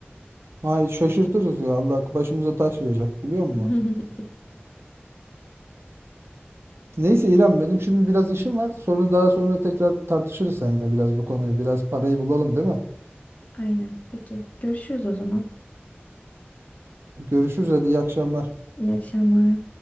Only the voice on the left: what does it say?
<laughs>
Aynen. Peki. Görüşürüz o zaman.
İyi akşamlar.